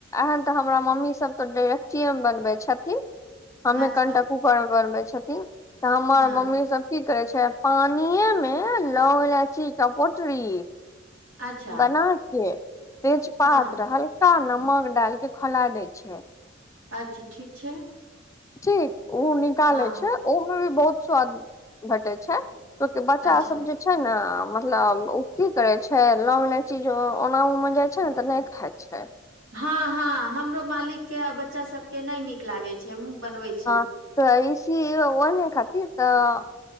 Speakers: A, on the left (about 15°); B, on the right (about 75°).
A: एहन। हमरा मम्मी सभ तॅं डेगचीएमे बनबैत छथिन। हमे
B: अच्छा
A: कनिटा कुकरमे बनबै छथिन तऽ हमर
B: हँ
A: मम्मी सभ की करे छै पानियेमे लौंग-इलायचीक पोटरी
B: अच्छा
A: बना कऽ तेजपात
B: हँ
A: आ हल्का नमक डालि कऽ खौला देय छै।
B: अच्छा ठीक छै
A: ठीक ओ निकाले
B: हँ
A: छै ओहो में बहुत स्वाद भेटे छै ओके बच्चा
B: अच्छा
A: सभ जे छै ने मतलब ओ की करे छै लोन्ग ईलाईची ओना ओमे जाइ छै ने तऽ नई खाइ छै
B: हँ-हँ, हमरो मालिकक बच्चा सभके नै नीक लागे छै। हमहु बनबैत छी।
A: हँ त ऐसी आहेने खातिर तऽ